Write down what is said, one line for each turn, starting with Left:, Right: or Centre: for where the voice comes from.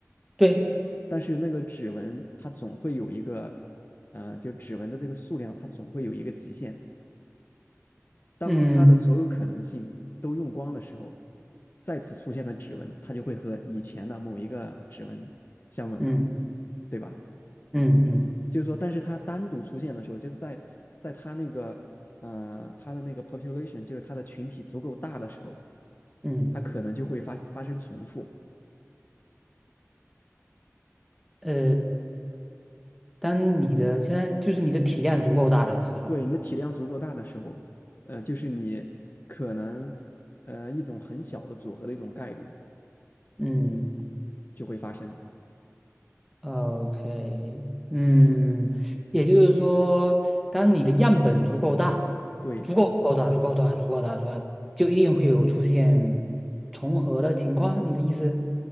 Centre: 对，
Left: 但是那个指纹它总会有一个，呃，就指纹的这个数量它总会有一个极限。当它的所有可能性都用光的时候，
Centre: 嗯
Left: 再次出现的指纹它就会和以前的某一个指纹相吻合，
Centre: 嗯
Left: 对吧？
Centre: 嗯嗯
Left: 就是说，但是它单独出现的时候，就是在在它那个呃它的那个 population，就是它的群体足够大的时候，
Centre: 嗯，
Left: 它可能就会发发生重复。
Centre: 呃，当你的现在就是你的体量足够大的时候，
Left: 对，你的体量足够大的时候，呃，就是你可能呃一种很小的组合的一种概率
Centre: 嗯
Left: 就会发生。
Centre: ，OK，嗯，也就是说，当你的样本足够大，
Left: 对
Centre: 足够够大，足够大，足够大，足够大，就一定会有出现重合的情况。你的意思？